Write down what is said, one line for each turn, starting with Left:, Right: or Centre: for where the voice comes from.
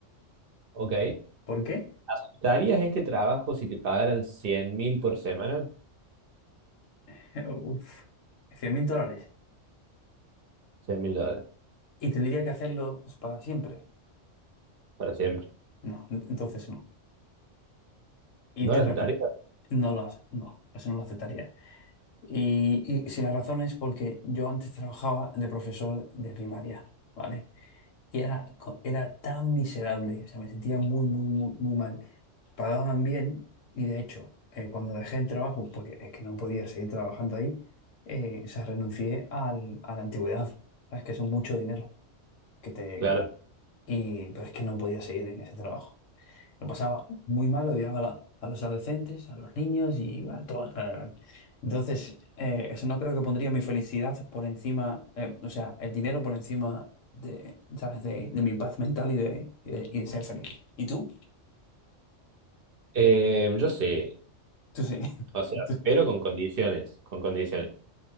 Right: ¿Ok?
Left: ¿Por qué?
Right: ¿Aceptarías este trabajo si te pagaran cien mil por semana?
Left: <laughs> Uf, 100 mil dólares.
Right: cien mil dólares,
Left: ¿Y tendría que hacerlo para siempre?
Right: para siempre.
Left: No, en- entonces no. Y
Right: ¿No
Left: te
Right: lo aceptarías?
Left: refu- no lo, hace- no, eso no lo aceptaría. Y, y si la razón es porque yo antes trabajaba de profesor de primaria, ¿vale? y era, co- era tan miserable, o sea, me sentía muy, muy, muy, muy mal. Pagaban bien y de hecho, eh, cuando dejé el trabajo, porque es que no podía seguir trabajando ahí, eh, o sea, renuncié al, a la antigüedad. Sabes que es mucho dinero que te...
Right: Claro.
Left: Y, pero es que no podía seguir en ese trabajo. Lo pasaba muy mal, odiaba a, la- a los adolescentes, a los niños y bueno, a todo en general. Entonces, eh, eso no creo que pondría mi felicidad por encima, eh, o sea, el dinero por encima de, ¿sabes? De, de mi paz mental y de, y de, y de ser feliz. ¿Y tú?
Right: Eh, yo sí,
Left: Tú sí. <laughs>
Right: o sea,
Left: Tú.
Right: pero con condiciones, con condiciones.